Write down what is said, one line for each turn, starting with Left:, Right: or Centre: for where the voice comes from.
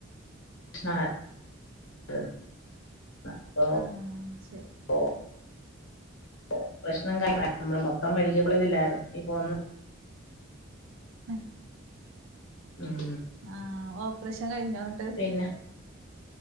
Left: പ്രശ്നയിന്നു <inaudible> അപ്പൊ
Right: ആഹ് ശരി
Left: ഓ ഓ പ്രശ്നങ്ങളിലാണ് നമ്മൾ മൊത്തം മെഡിക്കൽ കോളേജില്ലായിരുന്നു ഇപ്പൊ വന്ന്
Right: ആഹ്
Left: ഉം
Right: ആഹ് ഓപ്പറേഷൻ കഴിഞ്ഞോന്ന്ട്ട്
Left: പിന്നെ